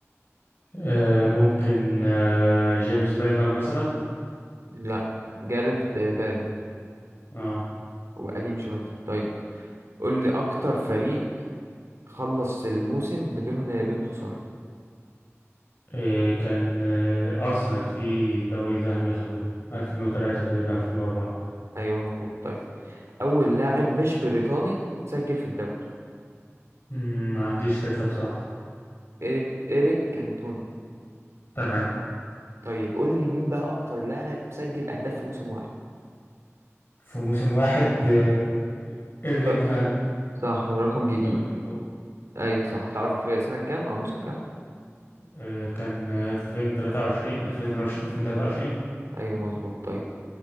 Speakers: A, on the left; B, on the right.
A: آه ممكن آه جيمس ميلنر مثلا
B: لا جاريث باري
A: اه
B: هو قديم شوية طيب قول لي أكتر فريق خلص الموسم بدون بدون خسارة
A: آه، كان آه أرسنال في دوري ذهبي خدوه 2003 تقريبا 2004
B: أيوه مظبوط طيب أول لاعب مش بريطاني سجل في الدوري
A: مم، ما عنديش فكرة بصراحة
B: إيريك إيريك كانتونا
A: تمام
B: طيب قول لي مين بقى أكتر لاعب سجل أهداف في موسم واحد؟
A: في موسم واحد آه، ايرلينج
B: أه.
A: هالاند
B: صح هو رقم
A: كان
B: جديد
A: 36 جول
B: أيوه صح تعرف سنة كام أو موسم كام؟
A: آه، كان آه، 2023 2022 2023
B: أيوه مظبوط طيب